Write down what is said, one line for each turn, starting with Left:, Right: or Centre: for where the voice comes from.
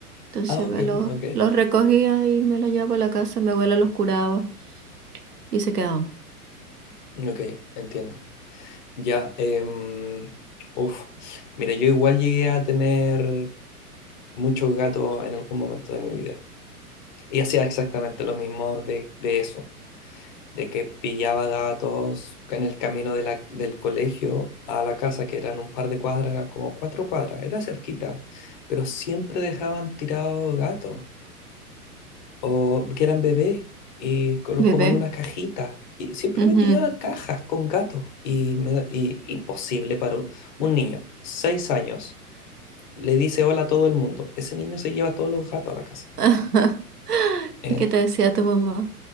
Right: Entonces
Left: Ah, ok,
Right: me los,
Left: ok,
Right: los recogía y me los llevaba a la casa, mi abuela los curaba y se quedaban.
Left: ok, entiendo. Ya, em, uf. Mira, yo igual llegué a tener muchos gatos en algún momento de mi vida. Y hacía exactamente lo mismo de, de eso. de que pillaba gatos en el camino de la- del colegio a la casa, que eran un par de cuadras, eran como cuatro cuadras, era cerquita, pero siempre dejaban tirados gatos, o que eran bebés, y co-
Right: Bebé.
Left: como en unas cajitas. Y siempre
Right: Ujú.
Left: me pillaba cajas con gatos, y, me- y- imposible para un, un niño, seis años, le dice hola a todo el mundo, ese niño se lleva todos los gatos a la casa.
Right: <laughs>
Left: Eh,
Right: ¿Y qué te decía tu mamá?